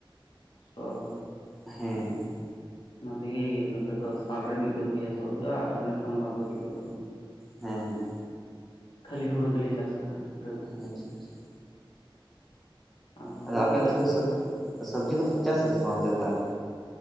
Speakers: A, on the left (about 65°); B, in the centre.
A: ᱠᱚᱥᱴᱚᱜ ᱟ ᱛᱚ
B: ᱦᱮᱸ
A: ᱚᱱᱟᱛᱮᱜᱮ ᱱᱚᱛᱮ ᱫᱚ ᱥᱟᱞᱨᱮ ᱢᱤᱫ ᱫᱚᱢ ᱜᱮ ᱪᱟᱥᱚᱜ ᱦᱩᱭᱩᱜ-ᱟ ᱟᱨ ᱤᱱᱟᱹ ᱠᱷᱚᱱ ᱵᱟᱫᱽ ᱵᱟᱹᱠᱤ ᱫᱚ ᱵᱟᱹᱱᱩᱜ-ᱟ
B: ᱦᱮᱸ
A: ᱠᱷᱟᱹᱞᱤ ᱦᱩᱲᱩ ᱜᱮᱞᱮ ᱪᱟᱥᱟ ᱦᱟᱸᱜ ᱱᱚᱛᱮ ᱫᱚ
B: ᱟᱪᱪᱷᱟ ᱟᱪᱪᱷᱟ
A: ᱟᱨ ᱦᱩᱲᱩ
B: ᱟᱫᱚ ᱟᱯᱮ
A: ᱠᱚ
B: ᱚᱱᱛᱮ
A: ᱪᱟᱥ
B: ᱫᱚ
A: ᱠᱟᱛᱮ
B: ᱥᱚᱵᱽᱡᱤ ᱠᱚᱫᱚᱯᱮ ᱪᱟᱥ ᱟᱥᱮ ᱵᱟᱝ ᱚᱱᱛᱮ ᱫᱚ ᱛᱟᱦᱚᱞᱮ